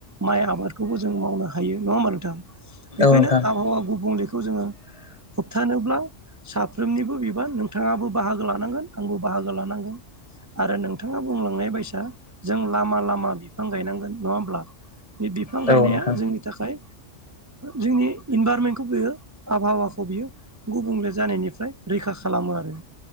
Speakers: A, on the right; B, on the left.
A: माइ आबादखौबो जों मावनो हायो नङा होमा नोंथां? बेनिखायनो
B: नोंथां
A: आबहावा गुबुंलेखौ जोङो होबथानोब्ला साफ्रोमनिबो बिबार नोंथाङाबो बाहागो लानांगोन आंबो बाहागो लानांगोन। आरो नोंथाङा बुंलांनाय बायसा जों लामा लामा बिफां गायनांगोन नङा होमब्ला? बे बिफां गायनाया
B: औ नोंथां
A: जोंनि थाखाय जोंनि इनभारमेन्टखौ बियो आबहावाखौ बियो गुबुंले जानायनिफ्राय रैखा खालामो आरो